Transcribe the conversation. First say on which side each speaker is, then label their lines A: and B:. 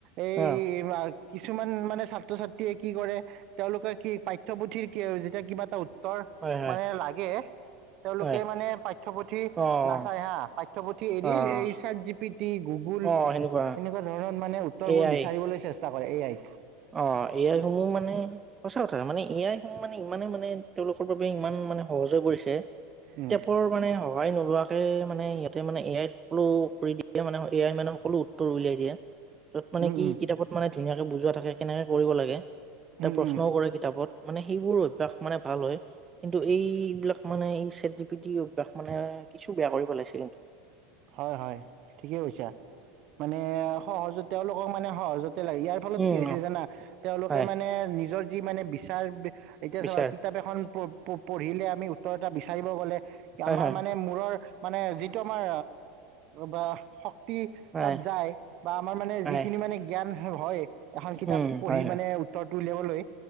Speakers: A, on the right; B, on the right.
A: এই
B: অ',
A: কিবা কিছুমান মানে ছাত্ৰ-ছাত্ৰীয়ে কি কৰে, তেওঁলোকে কি পাঠ্যপুথিৰ কি যেতিয়া কিবা এটা উত্তৰ
B: হয়, হয়,
A: মানে লাগে তেওঁলোকে
B: হয়,
A: মানে পাঠ্যপুথি
B: অ',
A: নাচায় হা পাঠ্য পাঠ্যপুথি এৰি
B: অ',
A: এই chat G P T, Google
B: অ', সেনেকুৱা
A: এনেকুৱা ধৰণৰ মানে উত্তৰবোৰ
B: এ আই
A: বিচাৰিবলৈ চেষ্টা চেষ্টা কৰে এ আই
B: অ' এ আইসমূহ মানে সঁচা কথা মানে এ আইসমূহ মানে ইমানে মানে তেওঁলোকৰ বাবে ইমান মানে সহজ হৈ পৰিছে, কিতাপৰ
A: উম,
B: মানে সহায় নোলোৱাকে মানে সিহঁতে মানে এ আই সকলো কৰি দিয়ে মানে এ আই মানে সকলো উত্তৰ উলিয়াই দিয়ে। য'ত মানে
A: উম,
B: কি
A: উম,
B: কিতাপত মানে ধুনীয়াকে বুজোৱা থাকে কেনেকে কৰিব লাগে, এটা
A: উম,
B: প্ৰশ্নও
A: উম,
B: কৰে কিতাপত মানে সেইবোৰ অভ্যাস মানে ভাল হয়, কিন্তু এইবিলাক মানে এই চ্যাট জি পি টি অভ্যাস মানে কিছু বেয়া কৰি পেলাইছে কিন্তু।
A: হয়, হয়, ঠিকে কৈছা, মানে সহজতে তেওঁলোকক মানে সহজতে লাগে। ইয়াৰ ফলত
B: উম
A: কি হৈছে জানা তেওঁলোকে
B: হয়
A: মানে নিজৰ যি মানে বিচাৰ এতিয়া
B: বিচাৰ
A: চাবা কিতাপ এখন প প পঢ়িলে আমি উত্তৰ এটা বিচাৰিব গ'লে
B: হয়
A: আমাৰ
B: হয়
A: মানে মূৰৰ মানে যিটো আমাৰ বা শক্তি
B: হয়
A: তাত যায় বা আমাৰ মানে
B: হয়
A: যিখিনি মানে জ্ঞান হয় এখন কিতাপ
B: উম
A: পঢ়ি
B: হয় হয়।
A: মানে উত্তৰটো উলিয়াবলৈ,